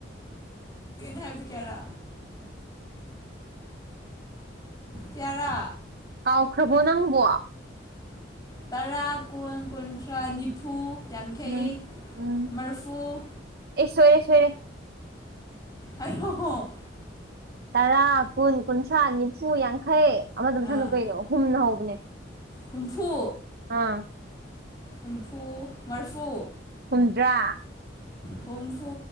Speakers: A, on the left (about 20°); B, on the right (about 55°).
A: ꯍꯥꯏꯗꯤ ꯀꯦꯔ
B: <inaudible>
A: ꯇꯔꯥ
B: ꯀꯥꯎꯈ꯭ꯔꯕꯣ ꯅꯪꯕꯣ
A: ꯇꯔꯥ ꯀꯨꯟ ꯀꯨꯟꯊ꯭ꯔꯥ ꯅꯤꯐꯨ ꯌꯥꯡꯈꯩ
B: ꯎꯝ ꯎꯝ
A: ꯃꯔꯐꯨ
B: ꯑꯦ ꯁꯣꯏꯔꯦ ꯁꯣꯏꯔꯦ
A: ꯑꯣ
B: ꯇꯔꯥ ꯀꯨꯟ ꯀꯨꯟꯊ꯭ꯔꯥ ꯅꯤꯐꯨ ꯌꯥꯡꯈꯩ ꯑꯃꯗꯣ ꯃꯊꯪꯗꯣ
A: ꯑꯥ
B: ꯀꯩꯅꯣ ꯍꯨꯝꯅ ꯍꯧꯕꯅꯦ
A: ꯍꯨꯝꯐꯨ
B: ꯑꯥ
A: ꯍꯨꯝꯐꯨ ꯃꯔꯐꯨ
B: ꯍꯨꯝꯗ꯭ꯔꯥ
A: ꯍꯨꯝꯐꯨ